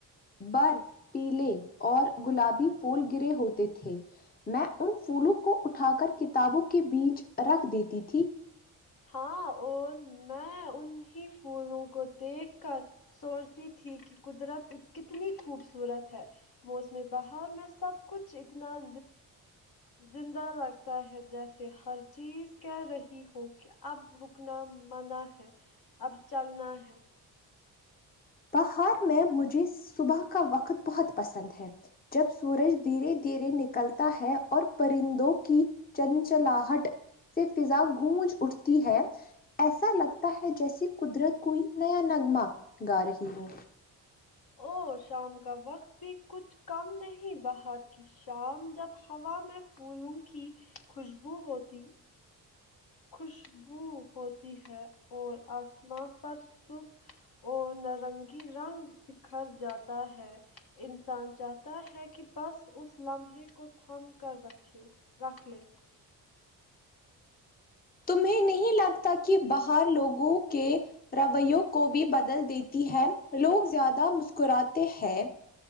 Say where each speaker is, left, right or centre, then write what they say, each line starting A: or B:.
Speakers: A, on the left; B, on the left.
A: بر پیلے اور گلابی پھول گرے ہوتے تھے میں ان پھولوں کو اٹھا کر کتابوں کے بیچ رکھ دیتی تھی
B: ہاں اور میں انہیں پھولوں کو دیکھ کر سوچتی تھی کہ قدرت کتنی خوبصورت ہے موسم بہار میں سب کچھ اتنا زندہ لگتا ہے جیسے ہر چیز کہہ رہی ہو کہ اب رکنا مانا ہے اب چلنا ہے
A: بہار میں مجھے صبح کا وقت بہت پسند ہے جب سورج دھیرے دھیرے نکلتا ہے اور پرندوں کی چنچلاہٹ سے فضا گونج اٹھتی ہے ایسا لگتا ہے جیسے قدرت کوئی نیا نغمہ گا رہی ہو
B: اور شام کا وقت بھی کچھ کم نہیں بہار کی شام جب ہوا میں پھولوں کی خوشبو ہوتی خوشبو ہوتی ہے اور آسمان پر سرخ اور نارنگی رنگ بکھر جاتا ہے انسان چاہتا ہے کہ بس اس لمحے کو تھام کر رکھے رکھ لے
A: تمہیں نہیں لگتا کہ بہار لوگوں کے رویوں کو بھی بدل دیتی ہے لوگ زیادہ مسکراتے ہیں